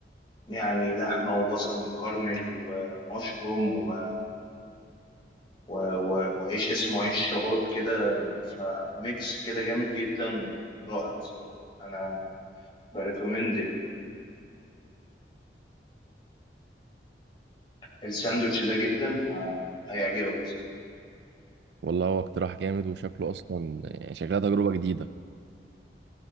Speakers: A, on the left (about 30°); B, on the right (about 75°).
A: يعني لحمة وبصل مكرمل ومشروم و- و- و- وعيش اسمه عيش شباط كده فميكس كده جامد جدا رائع بصراحة أنا بريكومند الساندوتش ده جدا ه- هيعجبك الصراحة
B: والله هو اقتراح جامد وشكله اصلا يعني شكلها تجربة جديدة